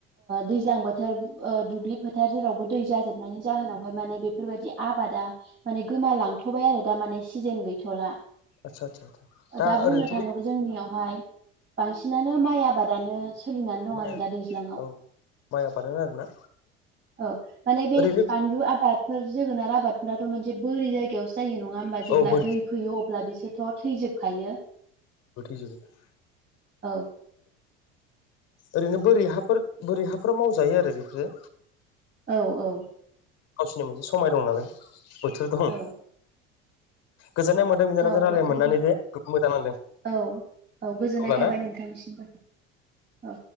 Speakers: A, on the right; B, on the left.
A: दैज्लां बोथोर ओ दुब्लि फोथार जेरावबो दै जाजोबनानै नि जाहोनावहाय माने बेफोरबायदि आबादा माने गोमालांथ'बाय आरो दा माने सिजेन गैथ'ला।
B: आदसा आदसा आदसा
A: दा बुंनो
B: ओरैनोथ'
A: थाङोबो
B: बे
A: जोंनियाव बेहाय बांसिनानो माइ आबादानो सोलिनानै दं
B: माइआ
A: आरो दा दैज्लाङआव।
B: औ माइ आबादानो आरोना
A: औ माने बे
B: ओरैनो
A: बानलु आबाद फोर जोगोनार आबादफोराथ' मोनसे बोरि जायगायावसो जायो नङा होमबा जेब्ला
B: औ बोरै
A: दै फैयो अब्ला बिसोर थ' थैजोबखायो।
B: गोथै जोबो ।
A: औ।
B: ओरैनो बोरै हाफोर बोरै हाफोर मावजायो आरो बेफोरो।
A: औ औ।
B: गावसोरनि मोनसे समाय दं नालाय बोथोर दं।
A: औ
B: गोजोननाय मोनदों बिनानावजों
A: गाव बोथोर
B: रायज्लाय मोननानै
A: गाव
B: दे जोबोर मोजां नांदों।
A: औ औ गोजोननाय
B: अब्लाना
A: थाबाय नोंथांनिसिमबो। औ।